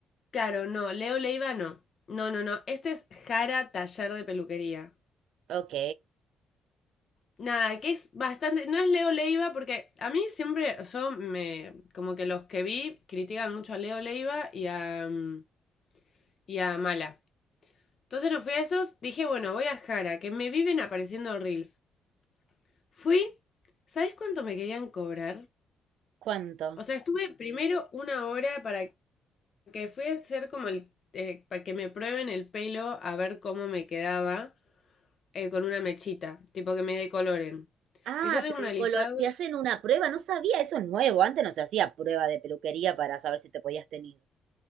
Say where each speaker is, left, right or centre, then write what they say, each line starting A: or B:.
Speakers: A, on the left (about 45°); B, on the right (about 80°).
A: Claro, no, Leo Leiva no. No, no, no, este es Jara Taller de Peluquería.
B: Ok,
A: Nada, que es bastante. No es Leo Leiva, porque a mí siempre. Yo me. Como que los que vi critican mucho a Leo Leiva y a. mm, Y a Mala. Entonces no fui a esos. Dije, bueno, voy a Jara, que me viven apareciendo reels. Fui. ¿Sabes cuánto me querían cobrar?
B: ¿cuánto?
A: O sea, estuve primero una hora para que fui a hacer como el. eh, para que me prueben el pelo a ver cómo me quedaba eh, con una mechita. Tipo que me decoloren.
B: Ah,
A: Y yo tengo
B: te,
A: un
B: decolo-
A: alisado.
B: te hacen una prueba, no sabía, eso es nuevo, antes no se hacía prueba de peluquería para saber si te podías tener.